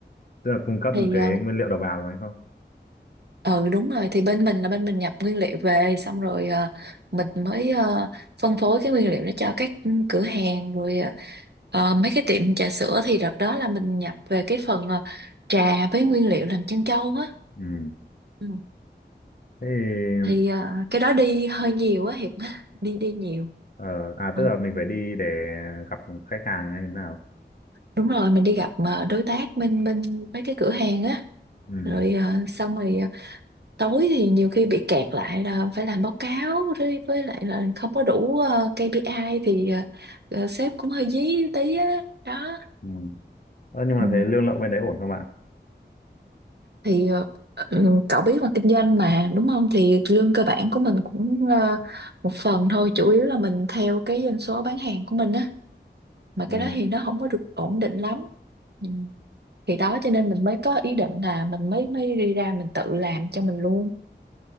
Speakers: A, on the left; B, on the right.
A: tức là cung cấp
B: thì
A: cái nguyên liệu đầu vào rồi đúng không?
B: ờ ừ, đúng rồi thì bên mình là bên mình nhập nguyên liệu về xong rồi ờ, mình mới ờ, phân phối cái nguyên liệu đó cho các ừ, cửa hàng rồi ờ, ờ, mấy cái tiệm trà sữa thì đợt đó là mình nhập về cái phần ờ, trà với nguyên liệu làm trân châu á
A: Ừ.
B: ừ.
A: Thế thì,
B: thì ờ, cái đó đi hơi nhiều á Hiệp <laughs> đi đi nhiều
A: ờ, à
B: ừ.
A: tức là mình phải đi để gặp khách hàng hay thế nào?
B: đúng rồi mình đi gặp mà đối tác bên bên mấy cái cửa hàng á
A: Ừ.
B: rồi ờ, xong rồi ờ, tối thì nhiều khi bị kẹt lại là phải làm báo cáo với với lại là không có đủ ờ, KPI thì ờ, ờ, sếp cũng hơi dí tí á đó
A: Ừ. Ờ, nhưng mà
B: ừ.
A: thế lương lậu bên đấy ổn không ạ?
B: thì ờ, ừ, cậu biết mà kinh doanh mà đúng không thì lương cơ bản của mình cũng ờ, một phần thôi chủ yếu là mình theo cái doanh số bán hàng của mình á mà
A: Ừ.
B: cái đó thì nó không có được ổn định lắm ừ. thì đó cho nên mình mới có ý định là mình mới mới đi ra mình tự làm cho mình luôn